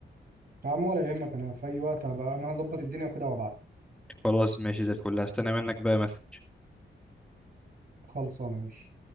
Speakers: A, on the right; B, in the centre.
A: يا عم ولا يهمك انا في اي وقت هبقى انا هظبط الدنيا كده وابعت
B: خلاص ماشي زي الفل هستنى منك بقى مسج
A: خلصانه ماشي